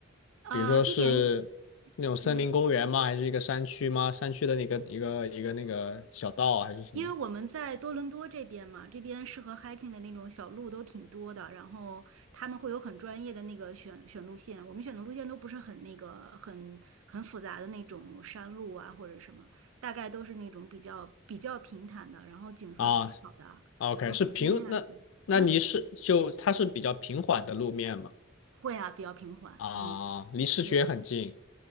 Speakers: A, on the right; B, on the left.
A: 呃，
B: 比如说是那种森林公园吗？
A: 地点，嗯。
B: 还是一个山区吗？山区的那个一个一个那个小道啊还是什么
A: 因为我们在多伦多这边嘛，这边适合 hiking 的那种小路都挺多的，然后他们会有很专业的那个选选路线，我们选的路线都不是很那个很很复杂的那种山路啊或者什么，大概都是那种比较比较平坦的，然后景色比较好的，
B: 啊 o
A: 比如说湖边呀、
B: k 是平那那离市就它是比较平缓的路面嘛
A: 什么的嗯，会啊，比较平缓。
B: 啊，
A: 嗯，
B: 离市区也很近，
A: 对，